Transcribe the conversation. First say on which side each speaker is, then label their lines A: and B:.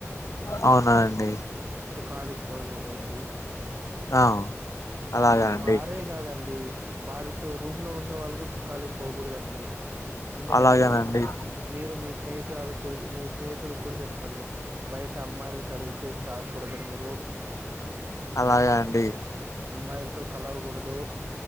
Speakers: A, on the left; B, on the right.
A: అవునా అండి
B: సుఖాలికి పోకూడదండి
A: ఆ అలాగా అండి
B: వారే కాదండి వారితో రూమ్ లో ఉండే వాళ్ళు కూడా సుఖాలేకి పోకూడదండి ముందే హెచ్చరిస్తున్నాం
A: అలాగేనండి
B: మీరు మీ స్నేహితురాల కూడా మీ స్నేహితులకి కూడా చెప్పండి బయట అమ్మాయిల్ని కదిలిసేసి రాకకూడదు మీరు
A: అలాగ అండి
B: అమ్మాయిల్తో కలవకుడదు